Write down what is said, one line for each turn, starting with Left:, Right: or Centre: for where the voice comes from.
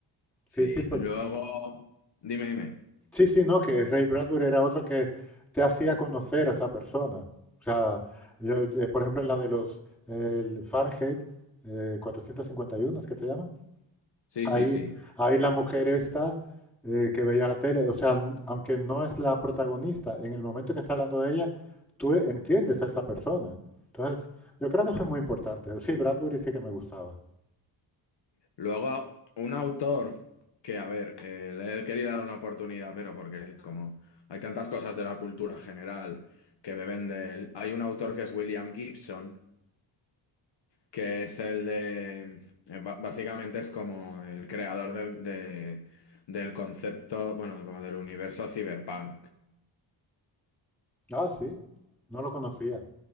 Left: Sí,
Centre: Sí, sí, pues,
Left: luego. Dime, dime.
Centre: Sí, sí, no, que Ray Bradbury era otro que te hacía conocer a esa persona. O sea, yo, eh, por ejemplo, en la de los eh, el Fahrenheit eh, 451, es que se llama,
Left: Sí,
Centre: ahí,
Left: sí, sí. sí.
Centre: ahí la mujer esta eh, que veía la tele, o sea, n- aunque no es la protagonista, en el momento que está hablando de ella, tú entiendes a esa persona. Entonces, yo creo que eso es muy importante. Sí, Bradbury sí que me gustaba.
Left: Luego, un autor que, a ver, eh, le he querido dar una oportunidad, pero porque como hay tantas cosas de la cultura general que beben de él, hay un autor que es William Gibson, que es el de, eh, ba- básicamente es como el creador del, de- del concepto, bueno, como del universo cyberpunk.
Centre: Ah, sí, no lo conocía.